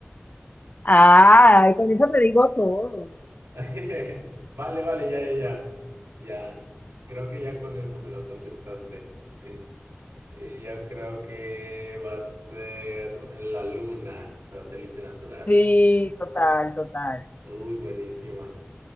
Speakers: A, on the left (about 35°); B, on the right (about 85°).
A: Ah, con eso te digo todo.
B: <laughs> Vale, vale, ya, ya, ya. Ya. Creo que ya con eso me lo contestaste. Eh, Y yo creo que va a ser la Luna, satélite natural.
A: Sí, total, total.
B: Uy, buenísima.